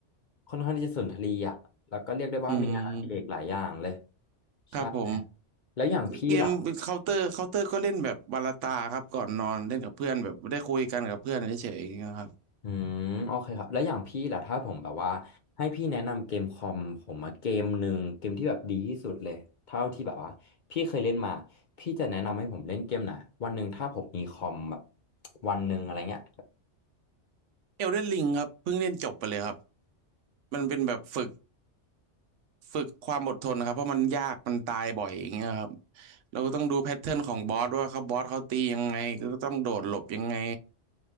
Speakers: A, on the left (about 50°); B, on the right (about 80°).
A: ค่อนข้างที่จะสุนทรีย์อ่ะแล้วก็เรียกได้ว่ามีงานอดิเรกหลายอย่างเลย
B: อืม ครับผม
A: ใช่แล้วอย่างพี่ล่ะ
B: เกมเคาน์เตอร์เคาน์เตอร์ก็เล่นแบบวาลาตาครับก่อนนอนเล่นกับเพื่อนแบบได้คุยกันกับเพื่อนเฉยๆนยางเงี้ยครับ
A: อืมโอเคครับแล้วอย่างพี่ล่ะถ้าผมแบบว่าให้พี่แนะนำเกมคอมผมมาเกมหนึ่งเกมที่แบบดีที่สุดเลยเท่าที่แบบว่าพี่เคยเล่นมาพี่จะแนะนำให้ผมเล่นเกมไหนวันหนึ่งถ้าผมมีคอมแบบวันหนึ่งอะไรเงี้ย
B: เอลเดนลิงครับเพิ่งเล่นจบไปเลยครับมันเป็นแบบฝึกฝึกความอดทนนะครับเพราะมันยากมันตายบ่อยอย่างเงี้ยครับเราก็ต้องดูแพทเทิร์นของบอสว่าเขาบอสเขาตียังไงก็ต้องโดดหลบยังไง